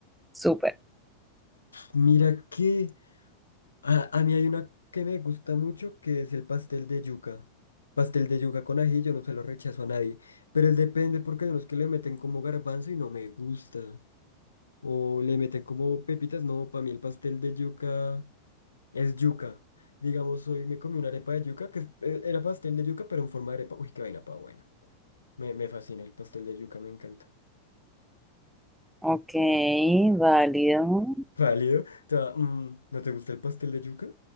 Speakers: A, in the centre; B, on the left.
A: súper.
B: Mira que a, a mí hay una que me gusta mucho que es el pastel de yuca. Pastel de yuca con ají, yo no se lo rechazo a nadie. Pero él depende porque hay unos que le meten como garbanzo y no me gusta. O le meten como pepitas. No, para mí el pastel de yuca es yuca. Digamos, hoy me comí una arepa de yuca que es- eh, era pastel de yuca, pero en forma de arepa. Uy, qué vaina pa' buena. Me, me fascina el pastel de yuca, me encanta.
A: Ok, válido.
B: Válido. Ta- mm, ¿no te gusta el pastel de yuca?